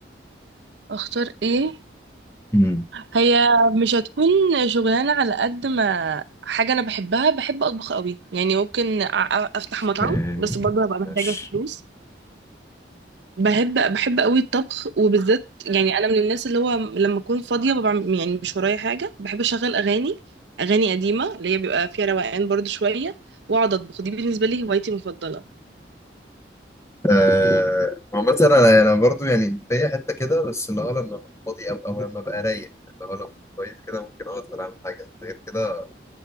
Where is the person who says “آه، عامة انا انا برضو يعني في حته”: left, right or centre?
Left